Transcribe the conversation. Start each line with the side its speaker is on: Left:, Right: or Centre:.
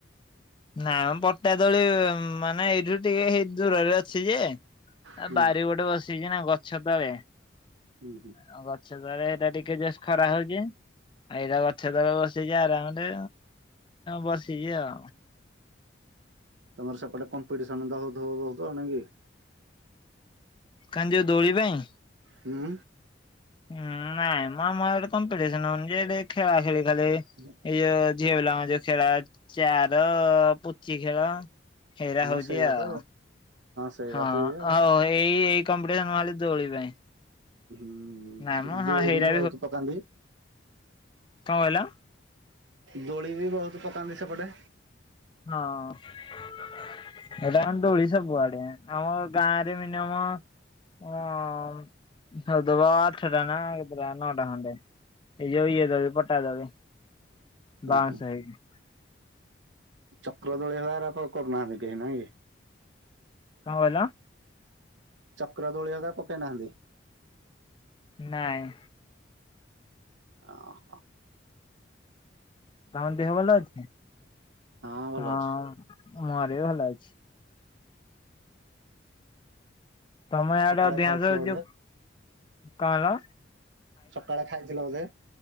Left: ନାଇ ପଟା ଦୋଳି ମାନେ ଏଇଠୁ ଟିକେ ଦୂରରେ ଅଛି ଯେ
Right: ହୁଁ
Left: ଆ ବାରି ଗୋଟେ ବସିଛି ନା ଗଛ ତଳେ
Right: ହୁଁ ହୁଁ
Left: ଆଉ ଗଛ ତଳେ ଏଇଟା ଟିକେ ଜଷ୍ଟ ଖରା ହଉଛି। ଏଇଟା ଗଛ ତଳେ ବସଛି ଆରାମରେ ବସିଛି ଆଉ
Right: ତମର ସେପଟେ କମ୍ପିଟିସନ ତ ହଉଥିବ ବହୁତ ନାଇଁ କି?
Left: କାଇଁ ଯେ ଦୋଳି ପାଇଁ?
Right: ହୁଁ
Left: ହଁ ନାଇଁ ମ ଆମ ଆଡ଼େ କମ୍ପିଟିସନ ହଉନି ଯେ ଏଠି ଖେଳା ଖେଳି ଖାଲି
Right: <inaudible>
Left: ଏଇ ଯୋଉ ଝିଅ ପିଲାଙ୍କ ଯୋଉ ଖେଳ ଚାର ପୁଚି ଖେଳ ହେରା
Right: ଆମର
Left: ହଉଛି
Right: ସେଇରା
Left: ଆଉ
Right: ତ ସେଇରା
Left: ହଁ
Right: ତ ଇଏ
Left: ଆଉ ଏଇ ଏଇ କମ୍ପିଟିସନ ମାଳି ଦୋଳି ପାଇଁ
Right: ହୁଁ ଉଁ
Left: ନାଇଁ ମ ହଁ
Right: ଦୋଳି
Left: ହେଇରା
Right: ବି ବହୁତ ପକାନ୍ତି।
Left: କଁ କହିଲ?
Right: ଦୋଳି ବି ବହୁତ ପକାନ୍ତି ସେପଟେ।
Left: ହଁ
Right: ହୁଁ
Left: ଏଟା
Right: ହୁଁ
Left: ଦୋଳି ସବୁଆଡେ ଆମ ଗାଁରେ ମିନିମମ ହଁ ହଦବା ଆଠଟା ନା କେତେଟ ନଅଟା ଖଣ୍ଡେ। ଏଇ ଯୋଉ ଇଏ ଦୋଳି ପଟା ଦୋଳି
Right: ଉଁ
Left: ବାଉଁଶ
Right: ହୁଁ
Left: ହେଇିକି
Right: ଚକ୍ର ଦୋଳି ହେଆରକ କରୁନାହାନ୍ତି କେହି ନାହିଁ।
Left: କଁ କହିଲ?
Right: ଚକ୍ର ଦୋଳି ହେରକା ପକେଇ ନାହାନ୍ତି।
Left: ନାଇଁ
Right: ଅହଃ
Left: ତମ ଦେହ ଭଲ ଅଛି
Right: ହଁ ଭଲ
Left: ହଁ
Right: ଅଛି।
Left: ମର ବି ଭଲ ଅଛି। ତମେ ଏଡା
Right: ସକାଳେ
Left: ଅଧିକାଂଶ
Right: ଖାଇଥିଲ ବୋଧେ?
Left: ଯୋଉ କଣ?
Right: ସକାଳେ ଖାଇଥିଲା ବୋଧେ